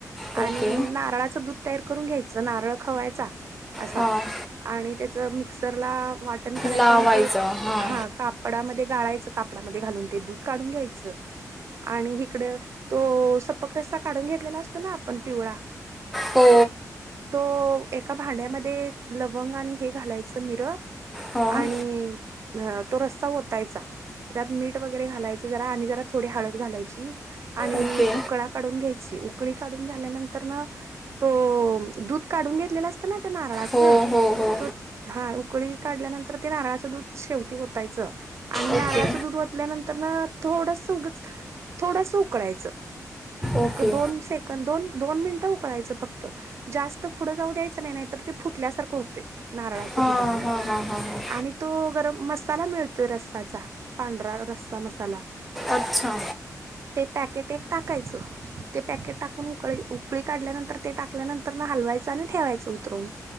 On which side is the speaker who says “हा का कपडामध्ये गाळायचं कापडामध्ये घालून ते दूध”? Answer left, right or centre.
Right